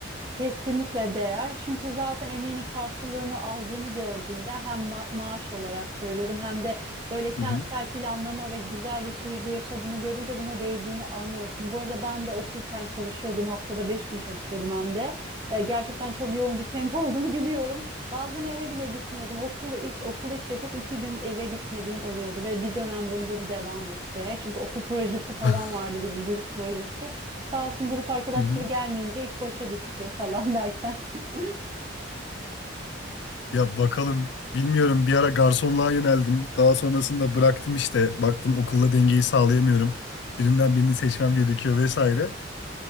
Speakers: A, on the right (about 25°); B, on the left (about 60°).
A: Kesinlikle değer. Çünkü zaten emeğinin karşılığını aldığını gördüğünde hem ma- maaş olarak söylüyorum hem de böyle kentsel
B: Hı hı.
A: planlama ve güzel bir şehirde yaşadığını görünce buna değdiğini anlıyorsun. Bu arada ben de okurken çalışıyordum. Haftada beş gün çalışıyordum hem de. Ee, gerçekten çok yoğun bir tempo olduğunu biliyorum. Bazen eve bile gitmiyordum. Okul iş, okul iş yapıp iki gün eve gitmediğim oluyordu ve bir dönem boyunca bu devam etti. Çünkü okul projesi falan
B: <laughs>
A: vardı bizim grup projesi. Sağ olsun grup arkadaşları
B: Hı hı.
A: gelmeyince iş başa düştü falan derken. <laughs>
B: Ya bakalım bilmiyorum bir ara garsonluğa yöneldim. Daha sonrasında bıraktım işte. Baktım okulla dengeyi sağlayamıyorum. Birinden birini seçmem gerekiyor vesaire.